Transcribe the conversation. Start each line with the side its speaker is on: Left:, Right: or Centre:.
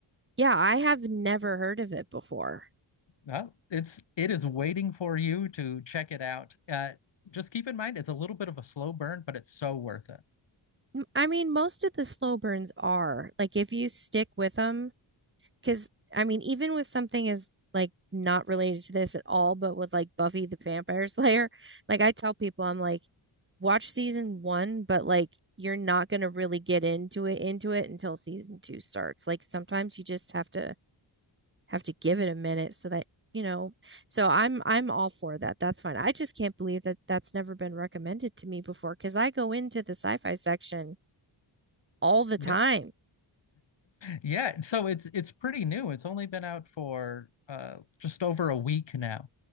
Right: Yeah, I have never heard of it before.
Left: Well, it's it is waiting for you to check it out. Uh, just keep in mind it's a little bit of a slow burn, but it's so worth it.
Right: M- I mean, most of the slow burns are like if you stick with them Because, I mean, even with something as like not related to this at all, but with like Buffy the Vampire Slayer, like I tell people, I'm like, watch season one, but like you're not going to really get into it into it until season two starts. Like sometimes you just have to have to give it a minute so that you know. So I'm I'm all for that. That's fine. I just can't believe that that's never been recommended to me before because I go into the sci-fi section all the time.
Left: Yep. Yeah, so it's it's pretty new. It's only been out for uh just over a week now.